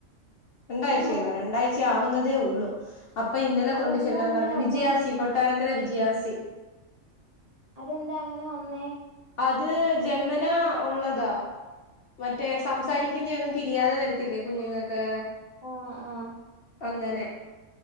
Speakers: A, on the left; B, on the right.
A: രണ്ടാഴ്ചയല്ല
B: ആണോ
A: രണ്ടാഴ്ച ആവുന്നതേ ഒള്ളൂ അപ്പൊ ഇന്നലെ
B: അതെന്താ
A: കൊണ്ട് ചെല്ലാൻ
B: അങ്ങനെ
A: പറഞ്ഞു
B: വന്നേ
A: വിജയാസി കൊട്ടാരക്കര വിജയാസി
B: അതെന്താ അങ്ങനെ വന്നേ
A: അത് ജന്മനാ ഒള്ളതാ മറ്റേ സംസാരിക്കുന്ന ഒന്നും തിരിയാതെ വരത്തില്ലേ കുഞ്ഞുങ്ങൾക്ക്
B: ആഹ് ആഹ്
A: അങ്ങനെ